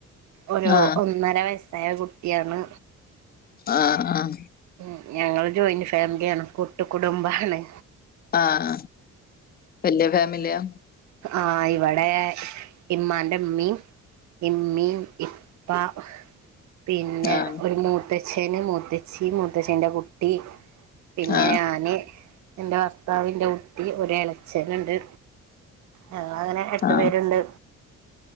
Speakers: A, on the right; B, on the left.
A: ഒരു
B: ആ
A: ഒന്നര വയസ് യ കുട്ടിയാണ്
B: ആഹ ആഹ
A: ഉം ഞങ്ങള് ജോയിന്റ് ഫാമിലിയാണ് കുട്ട് കുടുംബമാണ്
B: ആഹ വല്ല്യ ഫാമിലിയാ
A: ആഹ് ഇവിടെ ഇമ്മാന്റെ ഇമ്മീം ഇമ്മീം ഇപ്പാ പിന്നെ
B: ആ
A: ഒരു മൂത്തച്ഛന് മൂത്തച്ചി മൂത്തച്ചന്റെ കുട്ടി പിന്നെ
B: ആ
A: ഞാന് ഇന്റെ ഭർത്താവ് ഇന്റെ കുട്ടി ഒര് എളച്ചന്ണ്ട് ഞങ്ങള ങ്ങനെ എട്ടു
B: ആ
A: പേരുണ്ട്